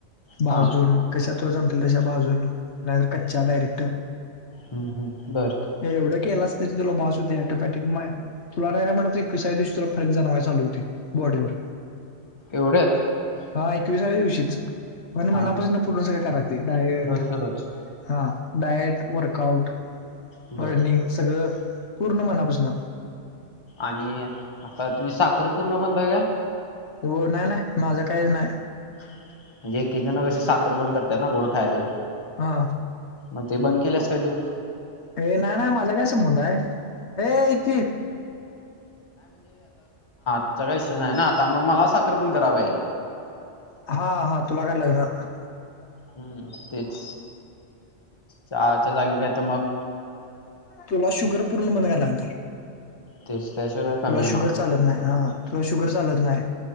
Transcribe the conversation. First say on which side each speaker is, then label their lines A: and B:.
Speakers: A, on the left; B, on the left.
A: भाजून
B: हा
A: कशात तुला जमतील तशा भाजून नाहीतर कच्च्या डायरेक्ट
B: हम्म, हम्म. बर
A: हे एवढं केलास तरी तुला बास होती अँटोमॅटिक म तुला नाही नाही म्हणत एकविसाव्या दिवशी फरक जणवा चालू होती बॉडीवर
B: एवढ्यात
A: हा एकविसाव्या दिवशीच पण मनापासून
B: हा हा
A: पूर्ण सगळ करायाला लागतंय डायट
B: रोजच रोज
A: हा डाएट वर्कआउट
B: बर
A: रनिंग सगळं पूर्ण मनापासून
B: आणि आता तुझी साखर पूर्ण बंद आहे व्हय
A: हो नाही माझ काही नाही
B: म्हणजे एकी जण अशी साखर बंद करतना गोड खायचं
A: हा
B: मग ते बंद केलंस काय तू
A: हे नाही माझा काय संबंध आहे हे ये की
B: त्या काय विषय नाही आहे ना आता मग मला साखर बंद कराय पाहिजे
A: हा हा तुला करायला लागणार
B: हम्म तेच चहाच्या जागी काय तर मग
A: तुला शुगर पूर्ण बंद करायला लागणार
B: ते काय
A: तुला
B: कमी येणार
A: शुगर चालत नाही हा तुला शुगर चालत नाही